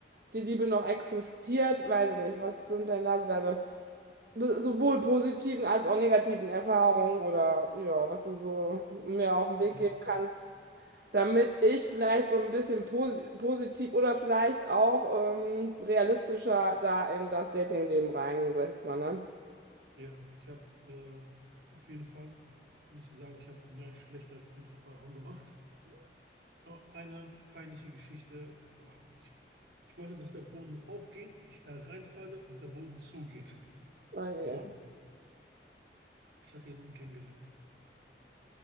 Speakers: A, on the right; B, on the right.
A: die Liebe noch existiert, weiß ich nicht. Was sind denn da so deine be- sowohl positiven als auch negativen Erfahrungen oder ja, was du so mir auf den Weg
B: Ding,
A: geben kannst, damit ich vielleicht so ein bisschen posi positiv oder vielleicht auch ähm, realistischer da in das Datingleben reingehe, sag ich jetzt mal, ne?
B: ja, ich habe äh, auf jeden Fall, kann ich dir sagen, ich habe mehr schlechte als gute Erfahrungen gemacht. Aber eine peinliche Geschichte, boah, ich, ich wollte, dass der Boden aufgeht, ich da reinfalle und der Boden zugeht.
A: Oh, je.
B: So, ich hatte jemanden kennengelernt,